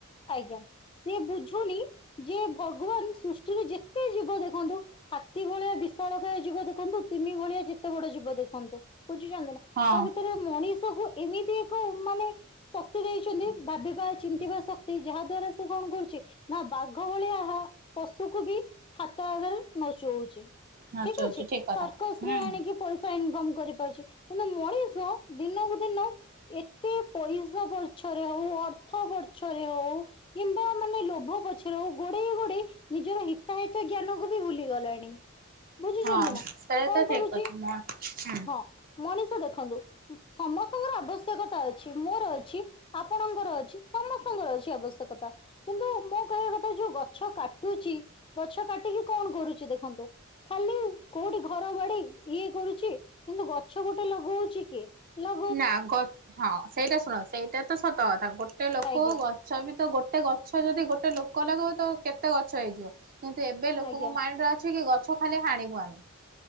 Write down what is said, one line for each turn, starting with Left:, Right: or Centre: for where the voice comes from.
Left: ଆଜ୍ଞା ସେ ବୁଝୁନି। ଯେ ଭଗବାନ ସୃଷ୍ଟିରେ ଯେତେ ଜୀବ ଦେଖନ୍ତୁ। ହାତୀ ଭଳିଆ ବିଶାଳ କାୟ ଯିବ ଦେଖନ୍ତୁ ତିନି ଭଳିଆ ଯେତେ ବଡ ଯିବ ଦେଖ ଦେଖନ୍ତୁ ବୁଝିଛନ୍ତି ନା
Right: ହଁ
Left: ତା ଭିତରେ ମଣିଷକୁ ଏମିତି ଏକ ମାନେ ଶକ୍ତି ଦେଇଛନ୍ତି ଭାବିବା ଚିନ୍ନ୍ତିିବା ଶକ୍ତି ଯାହାଦ୍ୱାରା ସେ କଣ କରୁଛି? ନା ବାଘ ଭଳିଆ ଏହା ପଶୁକୁ ବି ହାତ ଆଗରେ ନଚଉଛି।
Right: ନାଚ
Left: ଠିକ
Right: ହଉଛି
Left: ଅଛି
Right: କଥା
Left: ସର୍କସ
Right: ହୁଁ
Left: ରେ
Right: ହୁଁ।
Left: ଆଣିକି ପଇ ଇନକମ କରିପାରୁଛି କିନ୍ତୁ ମଣିଷ ଦିନକୁ ଦିନ ଏତେ ପଇସା ପଛରେ ହଉ ଅର୍ଥ ପଛରେ ହଉ କିମ୍ବା ମାନେ ଲୋଭ ପଛରେ ହଉ ଗୋଡେଇ ଗୋଡେଇ ନିଜର ହିତାହିତ ଜ୍ଞାନକୁ ବି ଭୁଲି ଗଲାଣି। ବୁଝିଛନ୍ତି
Right: ହଁ
Left: ନା
Right: ସେଇଟା
Left: କଣ
Right: ତ
Left: କରୁଛି
Right: ଠିକ କଥା ମ ହୁଁ।
Left: ହଁ ମଣିଷ ଦେଖନ୍ତୁ ସମସ୍ତଙ୍କର ଆବଶ୍ୟକତା ଅଛି ମୋର ଅଛି। ଆପଣଙ୍କର ଅଛି ସମସ୍ତଙ୍କର ଅଛି ଆବଶ୍ୟକତା? କିନ୍ତୁ ମୁଁ କହିବା କଥା ଯୋଉ ଗଛ କାଟୁଛି ଗଛ କାଟିକି କଣ କରୁଛି ଦେଖନ୍ତୁ? ଖାଲି କୋଉଠି ଘର ବାଡ଼ି। ଇଏ କରୁଛି କିନ୍ତୁ ଗଛ ଗୋଟେ ଲଗଉଛି କି ଲ
Right: ନା ଗଛ ହଁ ସେଇଟା ଶୁଣ ସେଇଟା ତ ସତ କଥା ଗୋଟେ ଲୋକ
Left: ଆଜ୍ଞା
Right: ଗ ଗଛ ବି ତ ଗୋଟେ ଗଛ ଯଦି ଗୋଟେ ଲୋକ ଲଗେଇବ ତ କେତେ ଗଛ ହେଇଯିବ। କିନ୍ତୁ ଏବେ ଲୋକଙ୍କ
Left: ଆଜ୍ଞା
Right: ମାଇଣ୍ଡରେ ଅଛି କି ଗଛ ଖାଲି ହାଣିବୁ ଆମେ